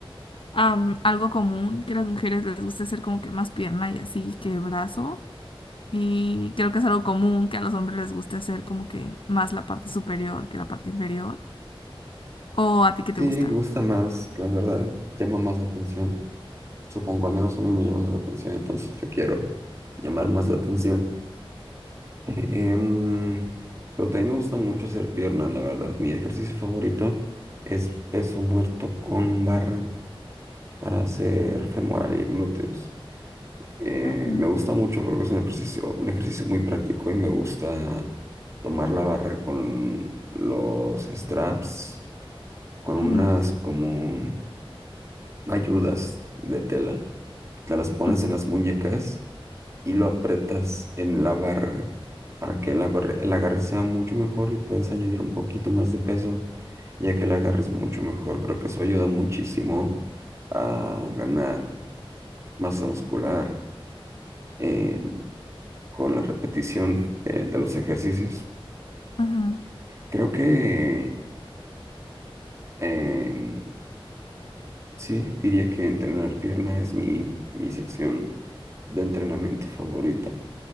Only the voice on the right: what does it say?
Sí,
gusta más, la verdad, llama más la atención. Supongo, al menos a mí me llama más la atención, entonces yo quiero llamar más la atención. Em, pero también me gusta mucho hacer pierna, la verdad. Mi ejercicio favorito es peso muerto con barra. para hacer femoral y glúteos. Eh,
me gusta mucho, creo que es un ejercicio, un ejercicio muy práctico y me gusta tomar la barra con los straps, con unas
como ayudas de tela. Te las pones
en las muñecas y lo aprietas en la barra para que el agarre, el agarre sea mucho mejor y puedes añadir un poquito más de peso, ya que el agarre es mucho mejor. Creo que eso ayuda muchísimo a ganar masa muscular eh, con la repetición eh, de los ejercicios.
Creo que em, sí, diría que entrenar pierna es mi, mi sección de entrenamiento favorita.